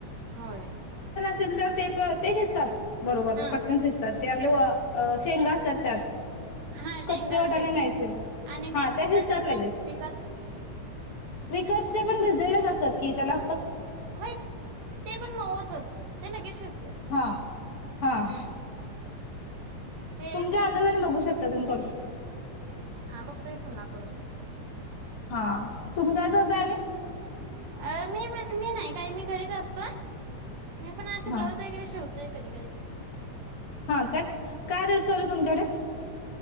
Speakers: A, on the right; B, on the left.
A: होय
B: सुंदर ते प ते शिजतात. बरोबर
A: हा
B: तर पटकन शिजतात. ते आपले शेंगा असतात त्यात
A: हा शेंगा
B: कच्चे वटाने
A: असते
B: घ्यायचे
A: ते आणि मॅपको
B: हा ते
A: मिळतय
B: शिजतात लगेच
A: विकत
B: विकत ते पण भिजलेलेच असतात. क चला
A: होय ते पण मऊच असते, ते लगेच शिजतात.
B: हा. हा
A: हम्म ते
B: तुमच्या अंदाजाने बघू शकता तुमही करू शकता
A: हा बघतोय पुन्हा करून
B: हा तुम्ही काय करताय आणि
A: अ मी मी नाही काय मी घरीच असते. मी पण असं
B: हा
A: ब्लाउज वगैरे शिवते. ते कधी कधरी
B: हा काय काय रेट चालू तुमच्याकडे